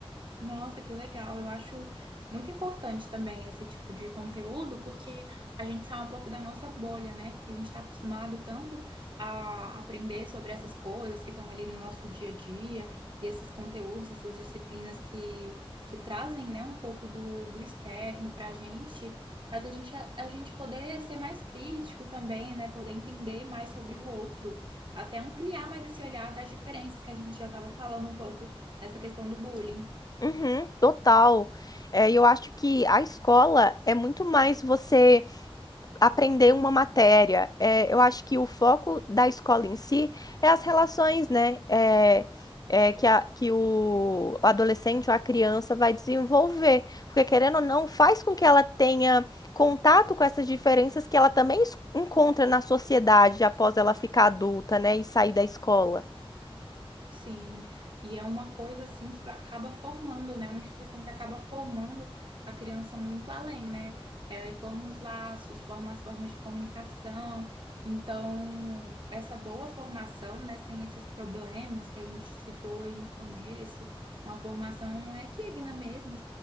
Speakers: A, on the right; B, on the left.
A: Nossa, que legal. Eu acho muito importante também esse tipo de conteúdo, porque a gente sai um pouco da nossa bolha, né? Porque a gente está acostumado tanto a aprender sobre essas coisas que estão ali no nosso dia a dia, e esses conteúdos, essas disciplinas que, que trazem, né, um pouco do, do externo para a gente, faz a gente, a gente poder ser mais crítico também, né? Poder entender mais sobre o outro, até ampliar mais esse olhar das diferenças que a gente já estava falando um pouco nessa questão do bullying.
B: Uhum, total. É, e eu acho que a escola é muito mais você aprender uma matéria. É, eu acho que o foco da escola em si é as relações, né? É, é, que, a- que o adolescente ou a criança vai desenvolver. Porque, querendo ou não, faz com que ela tenha contato com essas diferenças que ela também es- encontra na sociedade após ela ficar adulta, né? E sair da escola.
A: Sim, e é uma coisa assim que acaba formando, né? Uma instituição que acaba formando a criança muito além, né? É, forma os laços, forma as formas de comunicação. Então, essa boa formação, né, sem esses problemas que a gente citou aí no começo, uma formação equigna mesmo,